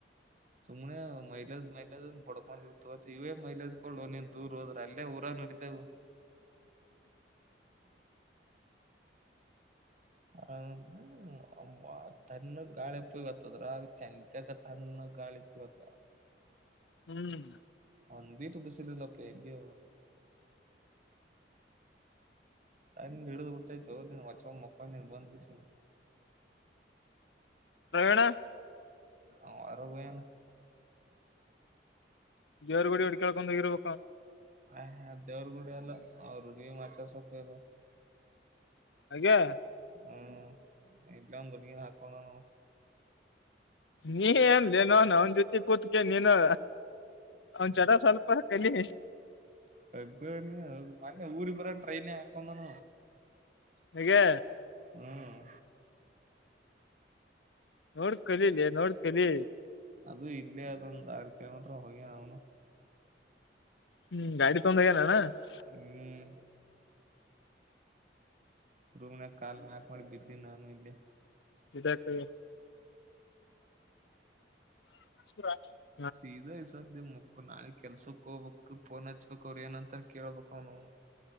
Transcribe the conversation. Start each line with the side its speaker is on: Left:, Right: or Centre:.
Right: ಸುಮ್ನೆ ಮೈಲಾಜ್ ಮೈಲಾಜ್ಂದ ಬಡ್ಕೊಂಡ್ರ್ತವ ಇವೇ ಮೈಲೇಜ ಒನನ್ ದೂರ್ ಹೋದ್ರ ಅಲ್ಲೇ ಊರ ನಡಿದ್ದೇವು ಹೌ ತಣ ಗಾಳಿ ಪಗತ್ತದ್ರ ಚಂತಗ ತ್ಣ ಗಾಳಿತ್ತು ಅತ್ರ
Left: ಹ್ಮ್
Right: ಒಂದಿ ತುಪ್ಪಸಿಲ್ಲಲ್ಲ ಪ ಎಲ್ಲಿ ತ ನಿಡದ ಉಊಟಾಯತ ವಚ ಮುಕ್ ನೀ ಬಂದ ಕಸು
Left: ಪ್ರವೀಣ
Right: ಹ ಅರುಗನು
Left: ಬೇವರ್ ಗುಡಿ ಅಡ್ ಕಳ್ಕೊಂಡೋಗಿರ್ಬೇಕ
Right: ಆ ಅದೇವರುಗೂಡ ಅಲ್ಲ ಅವ್ರ ಹುಡ್ಗಿ ಮತಸೊಪ ಇಲ್ಲ
Left: <unintelligible>
Right: ಹ್ಮ್ ಇಲ್ಲೊಂದು ಹುಡ್ಗಿ ನಾ ಅಕಂಡ್ವನ್
Left: ನೀ ಏನ್ೇ ನೋನ್ ಅವನ್ ಜೊತಿ ಕೂತ್ಕ ನೀನು ಅವನ್ ಚಲ ಸ್ವಲ್ಪ ಕಲಿ
Right: ಹಗ್ಗ ಮನ್ನೆ ಊರಿ ಬರ ಟ್ರೈನ್ ಹಾಕಂದಾನ
Left: ಹಗೆ
Right: ಹ್ಮ್
Left: ನೋಡ್ ಕಲೀಲಿ ನೋಡ್ ಕಲಿ
Right: ಅದು ಇಲ್ಲ ಅದ ತಾಪ ಕಲೋಮೀಟ ಹೋಗ ನ ಒನು
Left: ಹ್ಮ್ ಗಾಡಿ <unintelligible>
Right: ಹ್ಮ್ ರೂಮ್ನಾಗ ಕಾಲ ಮ್ಯಾಕ್ ಮಾಡಿ ಬಿದ್ದಿ ನಾನು ಇಲ್ಲಿ
Left: ಇದಕ್ <inaudible>
Right: ಸೀದಾ ಸಧ್ಯ ಮು ನಾೆ ಕೆಲ್ಸಕ್ ಹೋಗ್ಬೇಕಕ್ ಪೋನ್ ಹಚ್ಬೇಕಕ್ ಅವ್ರ ಏನಂತಾರ ಕೇಳ್ಬೇಕ ಅವನು